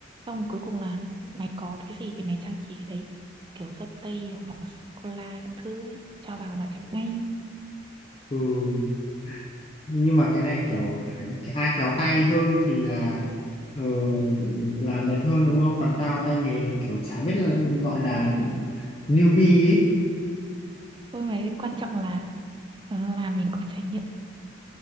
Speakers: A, on the right; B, on the left.
A: xong cuối cùng là mày có cái gì thì mày trang trí cái đấy kiểu dâu tây hoặc là sô cô la các thứ ấy, cho vào là đẹp ngay
B: ừ nhưng mà cái này kiểu ai khéo tay hơn thì là ờ, làm đẹp hơn đúng không còn tao tay nghề kiểu chả biết là gọi là newbie ấy
A: thôi mà quan trọng là ờ, là mình có trải nghiệm